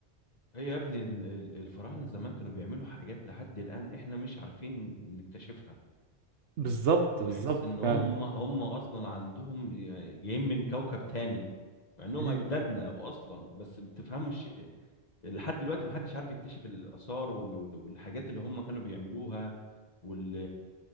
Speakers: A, on the left; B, on the right.
A: هي يا ابني الم- ال- الفراعنه زمان كانوا بيعملوا حاجات لحد الان احنا مش عارفين نكتشفها
B: بالظبط
A: تحس
B: بالظبط
A: ان هم
B: فعلا
A: هم اصلا عندهم ي- جايين من كوكب تاني مع انهم
B: مم،
A: اجدادنا واصلا بس بتفهمش لحد دلوقتي ما حدش عارف يكتشف الاثار وال- وال- والحاجات اللي هم كانوا بيعملوها وال